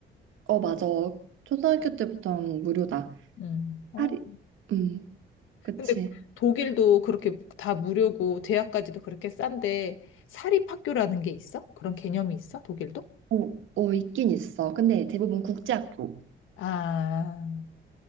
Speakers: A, on the right; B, on the left.
A: 어, 맞아. 초등학교 때부터는 무료다.
B: 음. 어.
A: 할인, 음, 그치.
B: 근데 독일도 그렇게 다 무료고 대학까지도 그렇게 싼데 사립학교라는 게 있어? 그런 개념이 있어? 독일도?
A: 어, 어, 있긴 있어. 근데 대부분 국제학교.
B: 아.